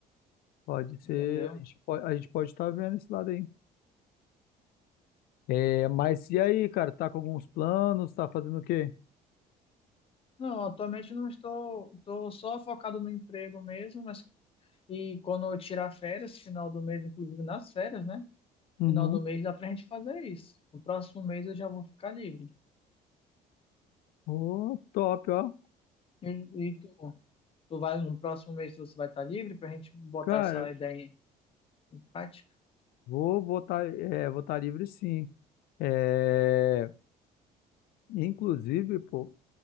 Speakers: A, on the left; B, on the left.
A: Pode ser.
B: entendeu?
A: A gente pode, a gente pode estar vendo esse lado aí. É, mas e aí, cara? Tá com alguns planos? Tá fazendo o quê?
B: Não, atualmente não estou, estou só focado no emprego mesmo, mas e quando eu tirar férias, final do mês, inclusive nas férias, né?
A: Uhum.
B: Final do mês dá pra gente fazer isso. No próximo mês eu já vou ficar livre.
A: Ô, top, ó.
B: E, e tu, tu vai no próximo mês você vai estar livre pra gente botar
A: Cara,
B: essa ideia em prática.
A: vou votar, é, votar livre sim. É, inclusive, pô,